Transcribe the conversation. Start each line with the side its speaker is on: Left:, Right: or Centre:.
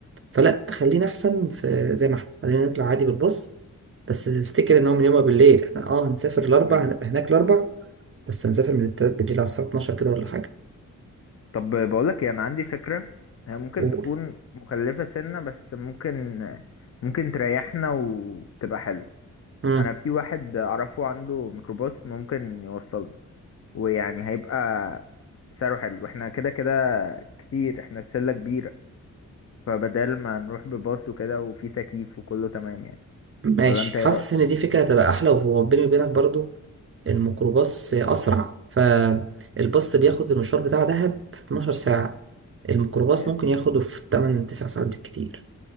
Right: فلا خلينا أحسن في زي ما احنا خلينا نطلع عادي بالباص بس افتكر إن هو من يومها بالليل احنا اه هنسافر الأربع
Left: مم.
Right: هنبقى هناك الأربع بس هنسافر من التلات بالليل على الساعة 12 كده ولا حاجة
Left: طب بقولك ايه انا عندي فكرة هي ممكن
Right: قول
Left: تكون مكلفة سنة بس ممكن ممكن تريحنا وتبقى حلوة
Right: مم.
Left: انا في واحد اعرفه عنده ميكروباص ممكن يوصلنا ويعني هيبقى سعره حلو احنا كده كده كتير احنا شلة كبيرة فبدل ما نروح بباص وكده وفي تكييف وكله تمام يعني
Right: ماشي
Left: ولا انت ايه
Right: حاسس
Left: رأيك
Right: إن دي فكرة هتبقى أحلى وهو بيني وبينك برضو الميكروباص أسرع فالباص بياخد المشوار بتاع دهب في 12 ساعة الميكروباص
Left: يعني.
Right: ممكن ياخده في 8 9 ساعات بالكتير